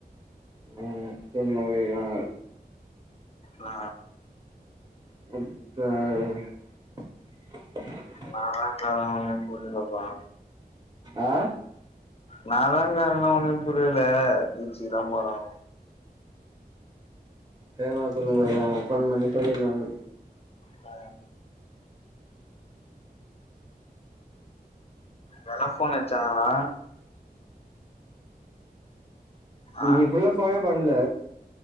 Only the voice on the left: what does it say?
ஆ
நாலா <unintelligible> புரியலப்பா
நாதாங்காரணோ ஒன்னு புரியல பீச்சுக்குதா போறோ
ஆ யார்னா ஃபோன் அட்ச்சாங்கலா
ஆ